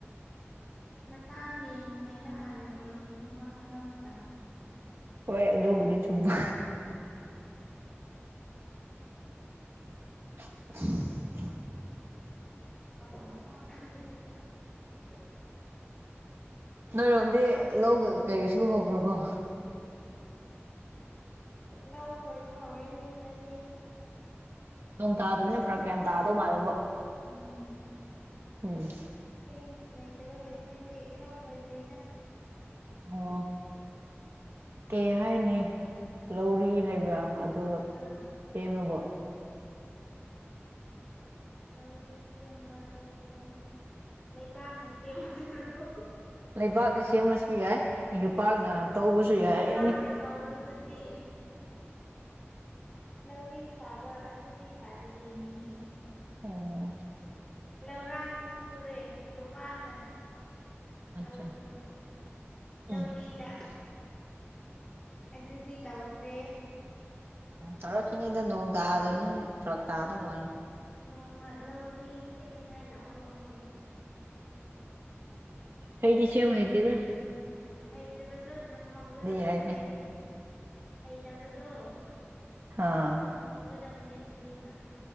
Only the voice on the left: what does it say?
ꯃꯇꯥꯡ ꯌꯦꯡꯂꯤꯉꯩꯗ ꯍꯥꯟꯅ ꯂꯣꯏꯈꯤꯅꯤꯀꯣ ꯍꯥꯏꯩꯅꯧ ꯃꯇꯝ
<inaudible>
ꯂꯧ ꯈꯣꯏꯕ ꯍꯧꯔꯦ ꯃꯤ ꯈꯔꯗꯤ
ꯎꯝ
ꯏꯁꯤꯡ ꯂꯩꯇꯕꯒꯤ ꯑꯩꯈꯣꯏꯗꯤ ꯏꯔꯧ ꯈꯣꯏꯗ꯭ꯔꯤꯗ
ꯑꯥ
ꯂꯧꯔꯤ ꯁꯦꯝꯕ ꯍꯥꯏꯁꯦ ꯂꯩꯕꯥꯛꯅ ꯁꯦꯝꯕꯗꯔꯣ
ꯏ
ꯀꯥꯟ ꯅꯦ ꯇꯕꯗꯨꯗꯤ ꯂꯧꯔꯤ ꯁꯥꯕ ꯑꯗꯨꯗꯤ ꯁꯥꯗ꯭ꯔꯤꯅꯤ
ꯂꯧꯔꯥꯡꯗꯤ ꯁꯨꯔꯦ ꯌꯣꯄꯥꯅ
ꯇꯧꯕꯗꯣ
ꯂꯧꯔꯤꯗ ꯑꯗꯨꯗꯤ ꯇꯧꯈ꯭ꯔꯦ
ꯅꯣꯡꯃ ꯂꯧꯔꯤ ꯁꯦꯝꯅꯤꯉꯥꯏ ꯂꯥꯛꯑꯣ ꯍꯌꯦ
ꯍꯩꯇꯕꯗꯣ ꯇꯝꯍꯒꯗꯕꯅꯦ
ꯍꯩꯇꯕꯗꯣ
ꯌꯥꯝ ꯍꯧꯒꯗꯕꯅꯦ ꯍꯧꯖꯤꯛꯩꯅ